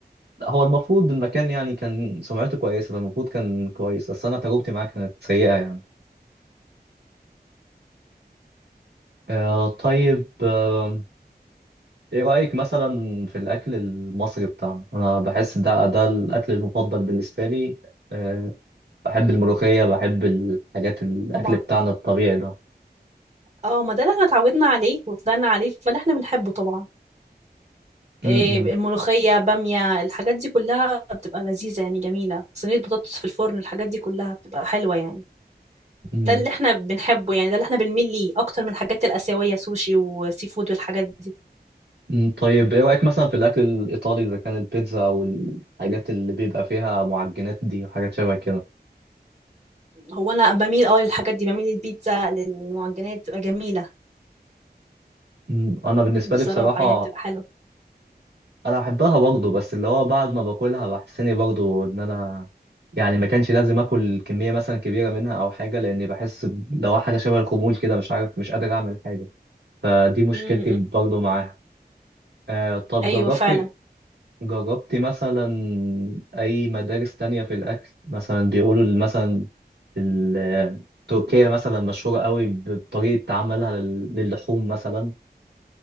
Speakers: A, on the right; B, on the right.
A: لا، هو المفروض المكان يعني كان سمعته كويسه فالمفروض كان كويس بس انا تجربتي معاه كانت سيئه يعني آه طيب آه ايه رايك مثلا في الاكل المصري بتاعنا انا بحس ده ده الاكل المفضل بالنسبه لي آه بحب الملوخيه بحب الحاجات الاكل
B: طبعا
A: بتاعنا الطبيعي ده
B: اه ما ده اللي احنا اتعودنا عليه وطلعنا عليه فاللي احنا بنحبه طبعا
A: م-
B: إيه
A: م-
B: الملوخية بامية الحاجات دي كلها بتبقى لذيذة يعني جميلة صينية بطاطس في الفرن الحاجات دي كلها بتبقى حلوة يعني
A: م.
B: ده اللي احنا بنحبه يعني ده اللي احنا بنميل ليه اكتر من الحاجات الآسيوية سوشي وسي فود والحاجات دي
A: مم، طيب ايه رأيك مثلا في الأكل الإيطالي إذا كان البيتزا أو الحاجات اللي بيبقى فيها معجنات دي وحاجات شبه كده
B: هو انا بميل اه للحاجات دي بميل للبيتزا للمعجنات بتبقى جميلة
A: مم، أنا بالنسبة
B: بصراحة
A: لي بصراحة
B: يعني بتبقى حلوة
A: أنا بحبها برضه بس اللي هو بعد ما باكلها بحس إني برضه إن أنا يعني ما كانش لازم آكل كمية مثلا كبيرة منها أو حاجة لأني بحس ب- لو حاجة شبه الخمول كده مش عارف مش قادر أعمل حاجة فدي مشكلتي
B: امم
A: برضه معاها آه طب
B: ايوه
A: جربت
B: فعلا
A: جربتي مثلا أي مدارس تانية في الأكل مثلا بيقولوا ال- مثلا ال- تركيا مثلا مشهورة قوي ب- بطريقة عملها لل- للحوم مثلا